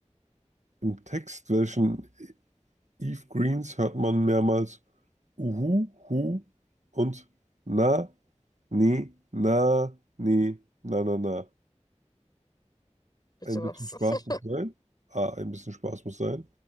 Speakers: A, on the right; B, on the left.
A: Im Text, welchen Eve Greens hört man mehrmals Uhu, Hu und Na, Ni, Na, Ni, Na, Na, Na.
B: Bitte
A: Ein
B: was.
A: bisschen Spaß muss
B: <laughs>
A: sein. A, ein bisschen Spaß muss sein.